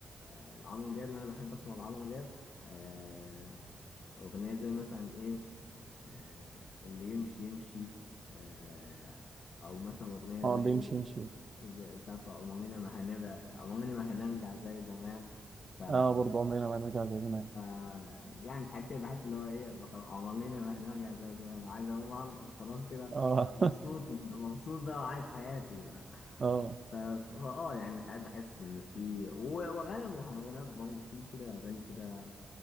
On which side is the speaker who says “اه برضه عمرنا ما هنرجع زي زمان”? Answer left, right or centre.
Right